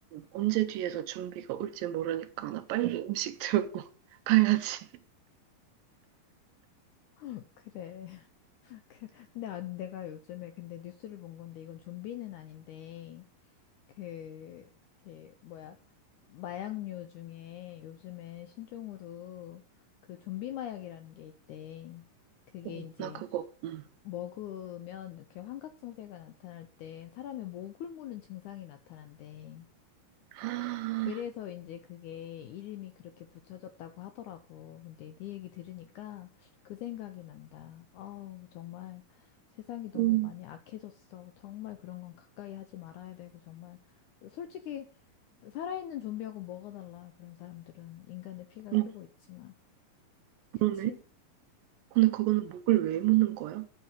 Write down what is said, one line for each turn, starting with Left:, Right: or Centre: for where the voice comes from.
Right: 언제 뒤에서 준비가 올지 모르니까 나 빨리 음식 들고 <laughs> 가야지.
Left: <laughs> 그래. 그 근데 아, 내가 요즘에 근데 뉴스를 본 건데 이건 좀비는 아닌데 그, 그 뭐야 마약류 중에 요즘에 신종으로 그 좀비 마약이라는 게 있대. 그게
Right: 어,
Left: 이제
Right: 나 그거, 응.
Left: 먹으면 이렇게 환각 증세가 나타날 때 사람의 목을 무는 증상이 나타난대.
Right: <gasps>
Left: 그래서 이제 그게 이름이 그렇게 붙여졌다고 하더라고. 근데 네 얘기 들으니까 그 생각이 난다. 아우, 정말 세상이 너무
Right: 음,
Left: 많이 악해졌어. 정말 그런 건 가까이 하지 말아야 되고, 정말. 솔직히, 살아있는 좀비하고 뭐가 달라. 그런 사람들은 인간의 피가
Right: 음,
Left: 흐르고 있지만. 그치?
Right: 그러네. 근데 그거는 목을 왜 무는 거야?